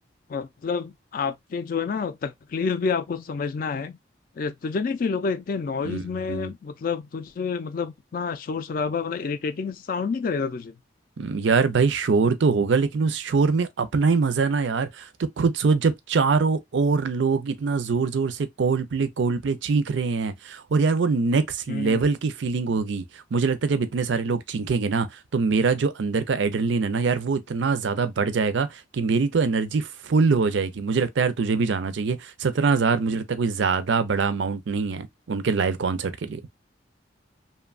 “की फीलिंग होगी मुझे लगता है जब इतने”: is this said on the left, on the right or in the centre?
Right